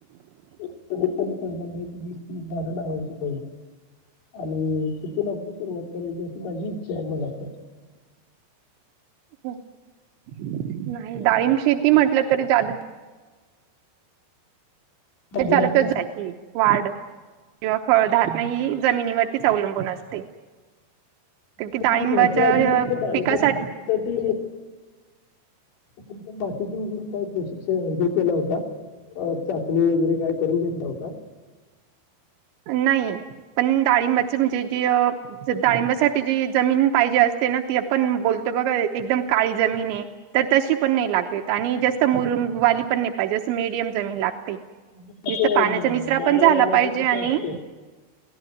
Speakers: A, on the left; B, on the right.
A: एकट्या दुकट्याने पहिल्यांदा वीस तीस झाड लावायचे. आणि तिथून आपली सुरुवात करायची अशी माझी इच्छा आहे मनात.
B: ह ना डाळींब शेती म्हटलं तरी चालेल.
A: हा बोला
B: चालतच
A: की
B: जायची. वाढ किंवा फळधारणा
A: मग
B: ही जमिनीवरतीच अवलंबून असते. कारण
A: मग
B: की डाळिंबाच्या
A: तुम् ह्याच्या आधी मग ते डाळिंबाच्या
B: पिकासाठी
A: शेतीसाठी तुमच्या बाकीचे व काही प्रशिक्षणहे केला होता, चाचणी वगैरे काही करून घेतला होता?
B: नाही पण डाळिंबाची म्हणजे जी अ डाळिंबासाठी जी जमीन पाहिजे असते ना, ती आपण बोलतो बघा एकदम काळी जमीन आहे तर तशी पण नाही लागत आणि जास्त मुरुम वाली पण नाही पाहिजे, अस मीडियम जमीन लागते.
A: ं
B: जिथं पाण्याचा निचरा
A: माळरानाचं
B: पण झाला पाहिजे
A: कसं
B: आणि
A: असतय.